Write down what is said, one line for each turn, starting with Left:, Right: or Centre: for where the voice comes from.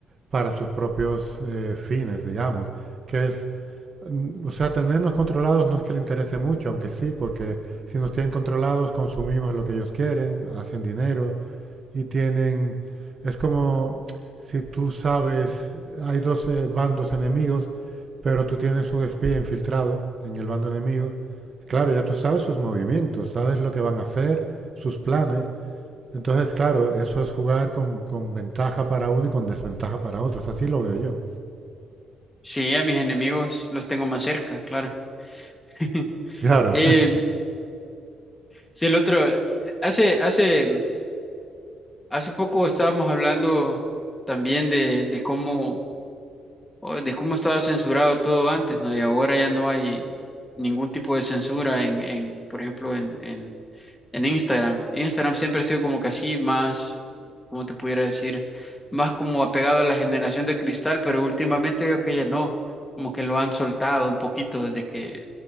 Right: para sus propios eh, fines, digamos, que es, mm, o sea, tenernos controlados no es que le interese mucho, aunque sí, porque si nos tienen controlados consumimos lo que ellos quieren, hacen dinero y tienen, es como si tú sabes, hay dos eh, bandos enemigos, pero tú tienes un espía infiltrado en el bando enemigo, claro, ya tú sabes sus movimientos, sabes lo que van a hacer, sus planes, entonces, claro, eso es jugar con, con ventaja para uno y con desventaja para otros. Así lo veo yo.
Left: Sí, a mis enemigos los tengo más cerca, claro. <laughs>
Right: Claro.
Left: Eh,
Right: <laughs>
Left: si el otro, hace, hace Hace poco estábamos hablando también de, de cómo, o de cómo estaba censurado todo antes, ¿no? Y ahora ya no hay ningún tipo de censura en, en, por ejemplo, en, en, en Instagram. Instagram siempre ha sido como que así más, ¿cómo te pudiera decir? Más como apegado a la generación de cristal, pero últimamente veo que ya no, como que lo han soltado un poquito desde que,